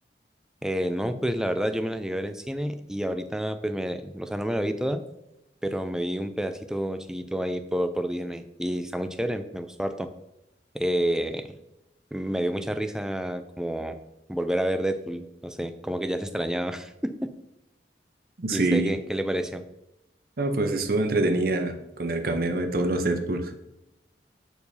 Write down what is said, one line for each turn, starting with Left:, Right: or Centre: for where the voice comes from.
Centre: eh, no, pues la verdad yo me la llegué a ver en cine y ahorita pues me, o sea, no me la vi toda, pero me vi un pedacito chiquito ahí por, por Disney y está muy chévere, me gustó harto. eh, me dio mucha risa como volver a ver Deadpool, no sé, como que ya se extrañaba. <laughs>
Right: Sí.
Centre: ¿Y usted qué, qué le pareció?
Right: Ah, pues estuvo entretenida con el cameo de todos los Deadpools.